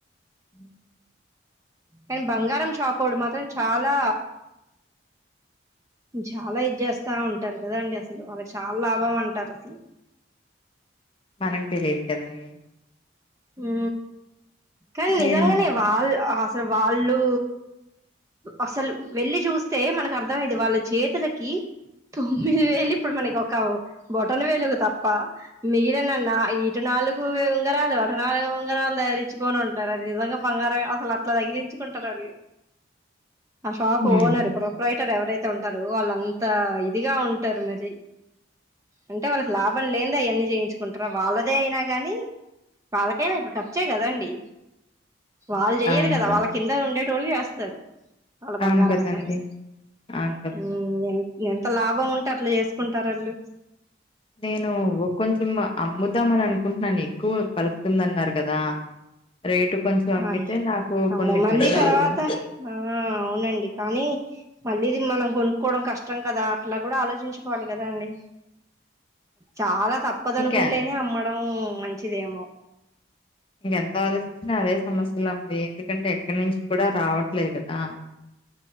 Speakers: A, on the left (about 25°); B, on the right (about 15°).
A: హ
B: కానీ బంగారం షాపోడు మాత్రం చాలా చాలా ఇది చేస్తా ఉంటారు కదాండి అసలు వాళ్ళకి చాలా లాభం అంటారు అసలు
A: మనకు తెలియదు కదండీ
B: ఊ కానీ నిజాంగానే
A: నేను
B: వాళ్లు అసలు వాళ్ళు అసలు వెళ్లి చూస్తే మనకు అర్థమైంది వాళ్ళ చేతులకి తొమ్మిది వేలు ఇప్పుడు మనకి ఒక బొటను వేళ్ళు తప్ప మిగిలిన ఈటు నాలుగు ఉంగరాలు నాలు బంగారాలు ధరించుకొని ఉంటారు అది నిజంగా బంగారం అసలు అట్లా తగిలించుకుంటారు వాళ్ళు ఆ షాపు
A: హ్మ్
B: ఓనర్ ప్రోపైట్ ఎవరైతే ఉంటారు వాళ్ళుంతా ఇదిగా ఉంటారు మరి అంటే వాళ్ళకి లాభం లేనీదే అవన్ని చేయించుకుంటారా వాళ్ళదే అయినా గానీ వాళ్లకైనా ఇప్పుడు ఖర్చే కదండి వాళ్ళు చెయరు
A: అవును
B: కద
A: కదా
B: వాళ్ళ కింద ఉండే ట్రోల్ చేస్తారు వాళ్ళ
A: అవును
B: బంగారం
A: కదండి
B: అయినా గా
A: అవును కదా
B: ఉ ఎంత ఎంత లాభం ఉంటే అట్లా చేసుకుంటారు వాళ్ళు
A: నేను కొంచెం అమ్ముద్దామని అనుకుంటున్నాను ఎక్కువ పలుకుతుందన్నారు కదా రేటు కొంచెం అమ్మితే
B: ఆయ్
A: నాకు
B: అమ్మో
A: కొన్ని
B: మళ్ళీ
A: పనులు
B: తర్వాత
A: అవుతాయి
B: ఆ అవునండి కానీ మళ్ళీ ఇది మనం కొనుక్కోవడం కష్టం కదా అట్లా కూడా ఆలోచించుకోవాలి కదాండి చాలా తప్పదనుకుంటేనే
A: ఇంకా
B: అమ్మడం మంచిదేమో
A: ఇంకెంత ఆలోచించినా అదే సమస్యలు ఉంది ఎందుకంటే ఎక్కడి నుంచి కూడా రావట్లేదు కదా